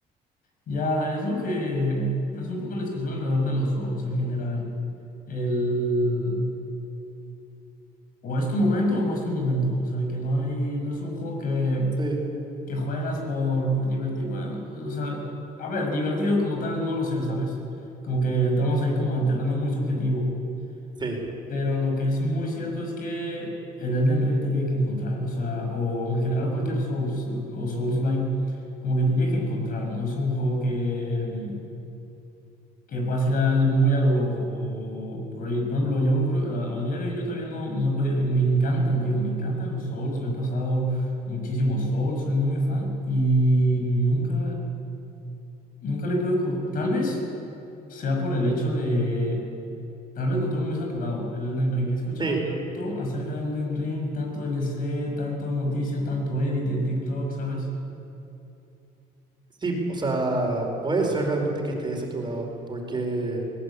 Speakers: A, on the left; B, on the right.
A: Ya, es lo que es un poco la discusión alrededor de los Souls en general. El o es tu momento o no es tu momento. O sea, de que no hay, no es un juego que,
B: Sí,
A: que juegas por, por divertir. Bueno, o sea, a ver, divertido como tal no lo sé, ¿sabes? Como que entramos ahí como en terreno muy subjetivo.
B: sí,
A: Pero lo que es muy cierto es que el Elden Ring te tiene que encontrar, o sea, o en general cualquier Souls o Souls-like, como que te tiene que encontrar, ¿no? Es un juego que, mm, que puedas ir al, muy a lo loco. o por, ahí, por ejemplo, yo creo- a, a día de hoy yo todavía no, no he podido, y me encantan, te digo, me encantan los Souls, me he pasado muchísimos Souls, soy muy fan y nunca, nunca le he podido... co- Tal vez sea por el hecho de Tal vez lo tengo muy saturado, el Elden Ring. He escuchado
B: sí,
A: tanto acerca del Elden Ring, tanto D L C tanto noticia, tanto edit en TikTok, ¿sabes?
B: sí, o sea, puede ser realmente que esté saturado, porque